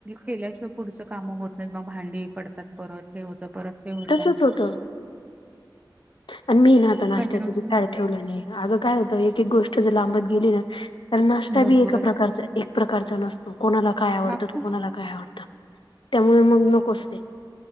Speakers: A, on the right (about 15°); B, on the left (about 85°).
A: केल्याशिवाय पुढच काम होत नाही मग भांडी पडतात परत हे होत परत ते होत.
B: तसच होतं आणि मी ना आता नाष्ट्याचं
A: कंटिन्यू असं
B: बी फॅड ठेवलं नाही अगं काय होतं एक एक गोष्ट जर लांबत गेली ना तर नाष्टा
A: भरपूरच
B: बी एका प्रकारचा एक प्रकारचा नसतो कोणाला काय आवडतं
A: बापरे
B: त कोणाला काय आवडतं. त्यामुळ मग नकोच ते.